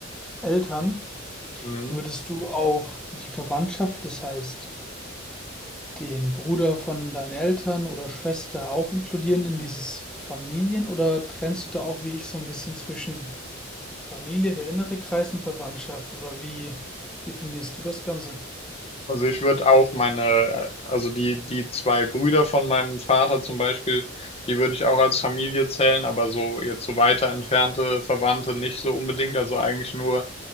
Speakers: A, in the centre; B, on the left.
A: Eltern.
B: Mhm.
A: Würdest du auch die Verwandtschaft, das heißt den Bruder von deinen Eltern oder Schwester auch inkludieren in dieses Familien oder trennst du da auch wie ich so ein bisschen zwischen Familie, der innere Kreis und Verwandtschaft oder wie definierst du das Ganze?
B: Also ich würde auch meine, äh, also die, die zwei Brüder von meinem Vater zum Beispiel, die würde ich auch als Familie zählen, aber so jetzt so weiter entfernte Verwandte nicht so unbedingt. Also eigentlich nur